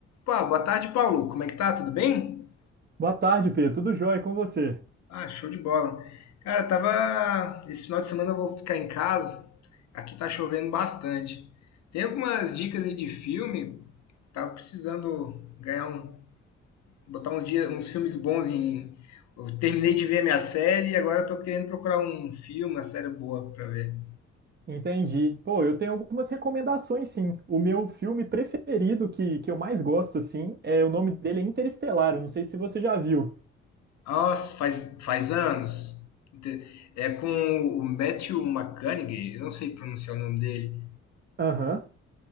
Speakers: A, on the left (about 55°); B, on the right (about 30°).
A: Pô, boa tarde, Paulo. Como é que tá? Tudo bem?
B: Boa tarde, Pedro. Tudo jóia com você?
A: Ah, show de bola. Cara, tava. Esse final de semana eu vou ficar em casa. Aqui tá chovendo bastante. Tem algumas dicas aí de filme. Tava precisando ganhar um. botar uns dias, uns filmes bons em. Eu terminei de ver minha série e agora eu tô querendo procurar um filme, uma série boa pra ver.
B: Entendi. Pô, eu tenho algumas recomendações, sim. O meu filme preferido, que, que eu mais gosto, assim, é o nome dele é Interestelar. Eu não sei se você já viu.
A: Nossa, faz, faz anos. Inte- É com o Matthew McConaughey, eu não sei pronunciar o nome dele.
B: Aham.